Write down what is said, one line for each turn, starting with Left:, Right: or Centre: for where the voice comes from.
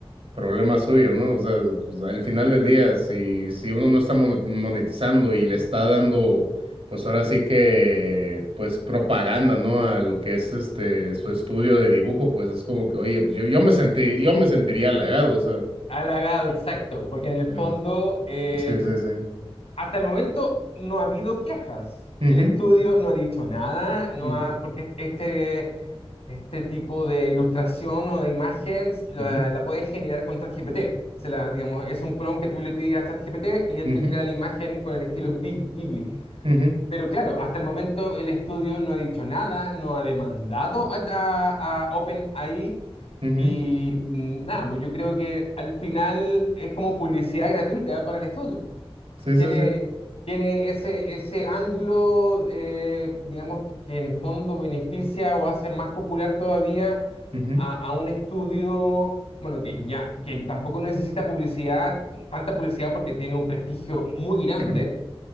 Right: problema suyo, ¿no? O sea, pues, al final del día, si, si uno no está monet- monetizando y le está dando, pues ahora sí que, pues, propaganda, ¿no? A lo que es este, su estudio de dibujo, pues es como que, oye, pues yo, yo me sentí, yo me sentiría halagado, o sea.
Left: halagado, exacto, porque en el
Right: Ya.
Left: fondo... eh,
Right: Sí, sí, sí.
Left: Hasta el momento no ha habido quejas.
Right: Ujú,
Left: El estudio no ha dicho nada, no
Right: ujú,
Left: ha, porque este, este tipo de ilustración o de imagen la,
Right: ujú,
Left: la puedes generar con ChatGPT. Se la, digamos, es un prompt que tú le pides a ChatGPT y él
Right: ujú,
Left: te crea la imagen con el estilo Bi- Ghibli.
Right: ujú,
Left: Pero claro, hasta el momento el estudio no ha dicho nada, no ha demandado a, a, a OpenAI
Right: ujú.
Left: y mm, nada, pues yo creo que al final es como publicidad gratuita para el estudio
Right: Sí,
Left: tiene,
Right: sí, sí.
Left: tiene ese, ese ángulo, eh, digamos, que, que en el fondo beneficia o hace más popular todavía
Right: Ujú,
Left: a, a un estudio, bueno, que ya, que tampoco necesita publicidad, tanta publicidad porque tiene un prestigio muy grande.
Right: <clears throat>